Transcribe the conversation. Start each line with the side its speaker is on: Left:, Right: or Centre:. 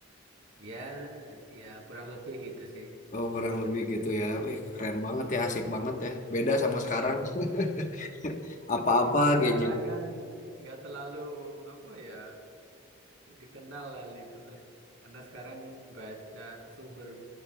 Right: ya, ya kurang lebih gitu sih.
Left: Oh, kurang
Right: Betul.
Left: lebih gitu ya. Wih, keren banget ya, asik banget ya. Beda sama sekarang.
Right: Nah,
Left: <laughs>
Right: <laughs>
Left: Apa-apa
Right: Kalau sekarang
Left: gadget.
Right: kan nggak terlalu apa ya dikenal hal itulah, karena sekarang baca sumber